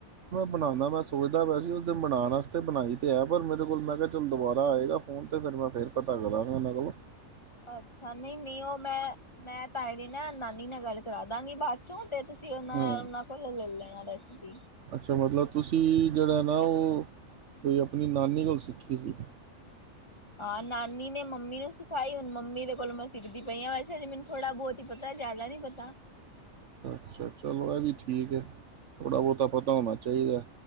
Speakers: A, on the right (about 65°); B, on the left (about 20°).
A: ਬਣਾਉਦਾ ਮੈਂ ਸੋਚਦਾ ਪਿਆ ਸੀ ਉਸ ਦਿਨ ਬਣਾਉਣ ਆਸਰੇ ਬਣਾਈ ਤੇ ਹੈ ਪਰ ਮੇਰੇ ਕੋਲ ਮੈਂ ਕਿਹਾ ਚਲ ਦੁਬਾਰਾ ਆਏਗਾ ਫੋਨ ਤੇ ਫਿਰ ਮੈਂ ਫੇਰ ਪਤਾ ਕਰਾਂਗਾ ਇਹਨਾਂ ਕੋਲੋ।
B: ਅੱਛਾ ਨਹੀਂ ਨਹੀਂ ਉਹ ਮੈਂ ਮੈਂ ਤਾਏ ਦੀ ਨਾ ਨਾਨੀ ਨਾਲ ਗੱਲ ਕਰਾਦਾਂਗੀ ਬਾਦ ਚੋਂ ਤੇ ਤੁਸੀਂ ਉਹਨਾਂ-ਉਹਨਾਂ
A: ਹਾਂ
B: ਕੋਲ ਲੈ ਲੈਣਾ ਰੈਸਪੀ
A: ਅੱਛਾ ਮਤਲਬ ਤੁਸੀਂ ਜਿਹੜਾ ਨਾ ਉਹ ਬਈ ਆਪਣੀ ਨਾਨੀ ਕੋਲ ਸਿੱਖੀ ਸੀ।
B: ਹਾਂ ਨਾਨੀ ਨੇ ਮੰਮੀ ਨੂੰ ਸਿਖਾਈ ਹੁਣ ਮੰਮੀ ਦੇ ਕੋਲੋਂ ਮੈਂ ਸਿੱਖਦੀ ਪਈ ਹਾਂ। ਵੈਸੇ ਅਜੇ ਮੈਨੂੰ ਥੋੜਾ ਬਹੁਤ ਹੀ ਪਤਾ ਜ਼ਿਆਦਾ ਨੀ ਪਤਾ
A: ਅੱਛਾ ਚਲੋ ਇਹ ਵੀ ਠੀਕ ਹੈ। ਥੋੜ੍ਹਾ ਬਹੁਤਾ ਪਤਾ ਹੋਣਾ ਚਾਹੀਦਾ